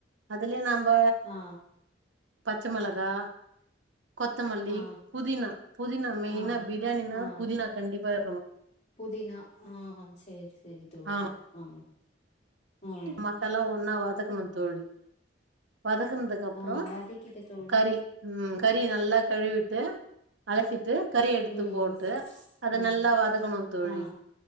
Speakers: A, on the right; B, on the left.
A: அதுலயே நம்ப
B: ஆ
A: பச்ச மெளகா கொத்தமல்லி
B: ஆ
A: புதினா புதினா மெயினா
B: ஆ
A: பிரியாணினா
B: ஆ
A: புதினா கண்டிப்பா இருக்கணு
B: புதினா ஆ சரி சரி தோழி
A: ஆமா
B: ஆ ம்
A: மசாலா ஒன்னா வதக்கணு தோழி வதக்னதுக்கு அப்றோ
B: ஆ வதக்கிட்ட தோழி
A: கறி ம் கறி நல்லா கழுவிட்டு அலசிட்டு கறி எடுத்து
B: ம்
A: போட்டு அத
B: ஆ
A: நல்லா வதக்கணு தோழி
B: ஆ